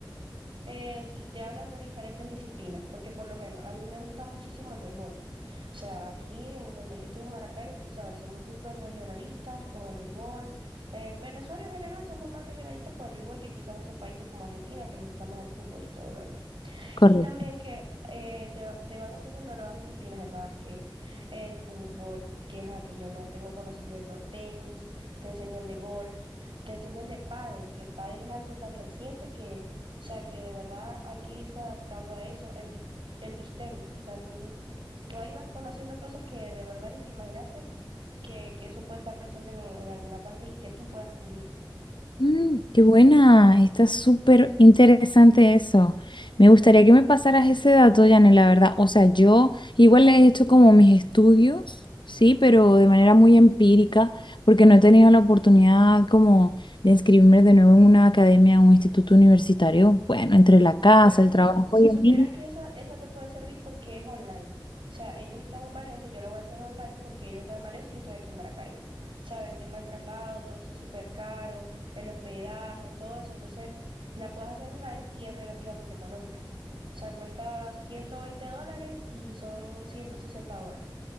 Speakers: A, on the right; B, on the left.
A: Eh, sí, te hablan de diferentes disciplinas, porque por lo menos a mí me gusta muchísimo el béisbol. O sea, aquí en donde yo estoy en Maracaibo, tú sabes, somos súper regionalistas con el béisbol. En Venezuela en general somos más regionalistas con el béisbol que quizás otros países como Argentina, que les gusta más el fútbol y todo lo demás.
B: Correcto.
A: Y también que eh, te, va- te van enseñando nuevas disciplinas, el básquet, el fútbol, que, ajá, que yo no tengo conocimiento, tenis, te enseñan de golf, te enseñan de pádel, que el pádel es algo tan reciente que, o sea, que de verdad hay que irse adaptando a eso, el beach, el beach tenis, o sea, tú, tú ahí vas conociendo cosas que de verdad ni te imaginaste que, que eso puede estar presente en, en alguna parte y que tú puedas cubrir.
B: Mm, qué buena, está súper interesante eso. Me gustaría que me pasaras ese dato, Janet, la verdad. O sea, yo igual he hecho como mis estudios, sí, pero de manera muy empírica, porque no he tenido la oportunidad como de inscribirme de nuevo en una academia, en un instituto universitario. Bueno, entre la casa,
A: Bueno,
B: el
A: si,
B: trabajo
A: su- si
B: y
A: supieras
B: el niño.
A: que esa, esa te puede servir porque es online. O sea, ellos están en Valencia, yo la voy a hacer online porque ellos están en Valencia y yo estoy aquí en Maracaibo. ¿Sabes? El tema del traslado, todo eso es súper caro, el hospedaje, todo eso. Entonces, la puedes hacer online y es relativamente económica. O sea, cuesta 120 dólares y son 160 horas.